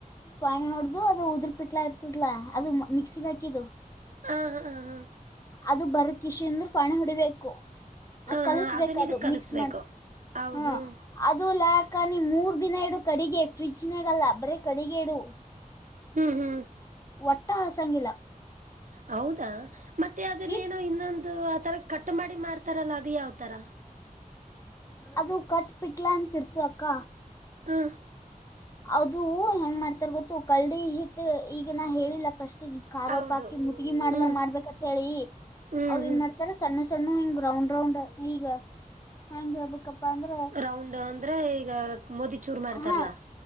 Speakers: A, on the left; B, on the right.
A: ಪಾಣಿ ಹೊಡ್ದು ಅದು ಉದ್ರ ಪಿಟ್ಲಾ ಇರ್ತದಲಾ ಅದು ಮಿಕ್ಸಿಗ್ ಹಾಕಿದು
B: ಹ ಹಾ ಹ ಹಾ
A: ಅದು ಬರ್ಬೆಕ್ ಕಿಶಿಂದರು ಪಾಣ ಹೊಡಿಬೇಕು
B: ಹ
A: ಆ ಕಲಸ್ಬೇಕದು
B: ಹ ಅದನ್ನ ಇದಕ್ ಕಲಿಸ್ಬೇಕು
A: ಮಿಕ್ಸ್ ಮಾಡಬೇ
B: ಹೌದು
A: ಹ ಅದು ಲಾಕ ನೀ ಮೂರ್ ದಿನ ಇಡು ಕಡೆಗೆ ಫ್ರಿಜಿನಾಗಲ್ಲ ಬರೀ ಕಡೆಗೆ ಇಡು
B: ಹೂ ಹೂ
A: ಒಟ್ಟ ಆಸಂಗಿಲ್ಲ
B: ಹೌದಾ ಮತ್ತೆ ಅದನ್ನೇನೋ
A: ಇಟ್
B: ಇನ್ನೊಂದು ಆ ತರ ಕಟ್ ಮಾಡಿ ಮಾಡ್ತ ತರಲ್ಲ ಅದ ಯಾವ ತರ
A: ಅದು ಕಟ್ಬಿಟ್ಲ ಅಂತಿರ್ತು ಅಕ್ಕ
B: ಹಾ
A: ಅದು ಹೆಂಗ್ ಮಾಡ್ತಾರ ಗೊತ್ತು ಕಲ್ಡಿ ಹಿಟ್ಟ ಈಗ ನಾ ಹೇಳಿಲ್ಲ ಫಸ್ಟ್ ಖೋಪ
B: ಹೌದು
A: ಹಾಕಿ ಮುಟ್ಟಗಿ ಮಾಡ್ದ
B: ಹ್ಮ್
A: ಮಾಡ್ಬೇಕಂತ ಹೇಳಿ
B: ಹ್ಮ್
A: ಅವ
B: ಹ್ಮ್
A: ಏನ್ ಮಾಡ್ತ ರ ಸಣ್ಣ ಸಣ್ಣ ಹಿಂಗ್ ರೌಂಡ್ ರೌಂಡ್ ಈಗ ಹೆಂಗ ಹೇಳ್ಬೇಕಪ್ಪಾ ಅಂದ್ರ
B: ರೌಂಡ್ ಅಂದ್ರೆ ಈಗ ಮೋದಿ ಚೂರ್ ಮಾಡ್ತಾರಲ್ಲಾ
A: ಹಾ